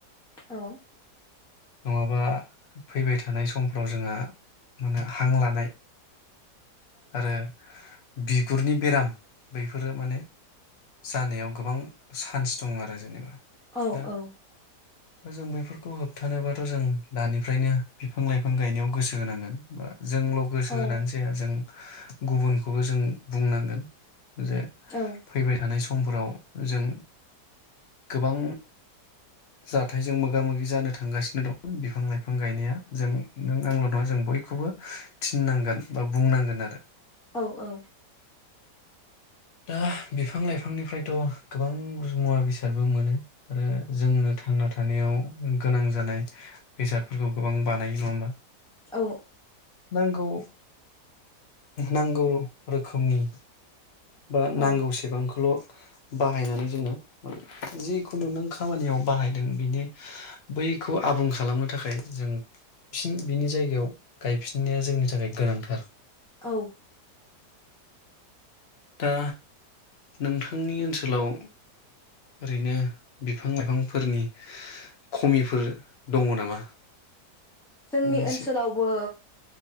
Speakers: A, in the centre; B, on the left.
A: औ
B: नङाबा फैबाय थानाय समफ्राव जोंहा माने हां लानाय आरो बिगुरनि बेराम बैफोरो माने जानायाव गोबां चान्स दं आरो जेनेबा दा
A: औ औ
B: दा जों बैफोर बेफोरखौ होबथानोबाथ' जों दानिफ्रायनो बिफां लाइफां गायनायाव गोसो होनांगोन बा जोंल' गोसो
A: औ
B: होनानै जाया जों गुबुन खौबो जों बुंनांगोन जे
A: औ
B: फैबाय थानाय सम समफोराव जों गोबां जाथायजों मोगा मोगि जानो थांगासिनो दं बिफां लाइफां गायनाया जों नों आंल' नङा जों बयखौबो थिननांगोन बा बुंनांगोन आरो
A: अ औ
B: दा बिफां लाइफांनिफ्रायथ' गोबां मुवा बेसादबो मोनो आरो जोंनो थांना थानो थानायाव गोनां जानाय बेसादफोरखौ गोबां बानायो नङा होमबा
A: औ
B: नोंगौ नांगौ रोखोमनि बा
A: औ
B: नांगौसेबांखौल' बाहायनानै जोङो जिखुनु नों खामानियाव बाहायदों बेनि बैखौ आबुं खालामनो थाखाय जों फिन बिनि जायगायाव गायफिननाया जोंनि थाखाय गोनांथार
A: औ
B: दा नोंथांनि ओनसोलाव ओरैनो बिफां लाइफांफोरनि खमिफोर दङ नामा फंनैसो
A: जोंनि ओनसोलावबो